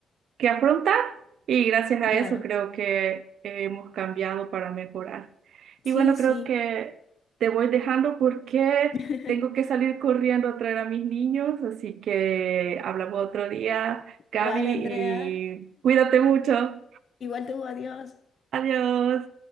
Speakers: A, on the right; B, on the left.
A: que afrontar y gracias a
B: claro.
A: eso creo que hemos cambiado para mejorar. Y
B: Sí,
A: bueno,
B: sí.
A: creo que te voy dejando porque
B: <laughs>
A: tengo que salir corriendo a traer a mis niños, así que hablamos otro día, Gaby,
B: Vale,
A: y
B: Andrea.
A: cuídate mucho.
B: Igual tú, adiós.
A: Adiós.